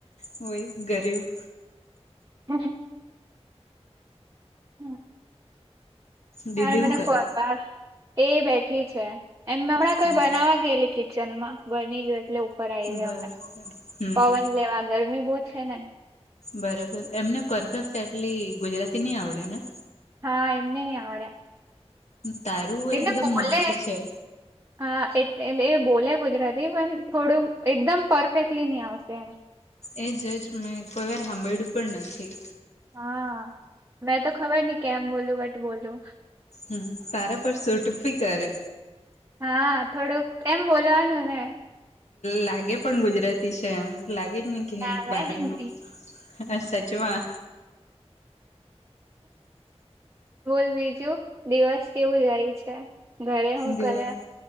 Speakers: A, on the left; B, on the right.
A: હોય ગરીબ.
B: <inaudible> હમ
A: દીદી
B: હા મને
A: હું કરે
B: ફર એ બેઠી છે એમ હમણાં કોઈ
A: હમ
B: બનાવા ગયેલી કિચનમાં બની ગયું એટલે ઉપર આવી ગયો
A: બરાબર
B: હમણાં
A: હમ
B: પવન લેવા ગરમી બહુ છેને
A: બરાબર એમને પરફેક્ટ આટલી ગુજરાતી નની આવડે ને
B: હા એમને નહી આવડે.
A: તારું
B: એટલે
A: એકદમ
B: બોલે
A: મસ્ત છે.
B: <unintelligible> હા એટ એટલે એ બોલે ગુજરાતી પણ થોડું એકદમ પરફેક્ટલી નહી આવશે એમ.
A: એ જજ મેં કોઈ વાર સાંભળ્યું પણ નથી.
B: હા મેં તો ખબર નહ કેમ બોલું બટ બોલું.
A: હમ તારા પર સૂટી ભી કરે.
B: હા થોડું એમ બોલવાનું ને
A: લાગે પણ ગુજરાતી છે એમ લાગે જ ને
B: ના
A: કે
B: મેં
A: બહારનું હ સાચ વા
B: બોલ બીજું દિવસ કેવું જાય છે. ઘરે હું
A: દિવસ.
B: કરે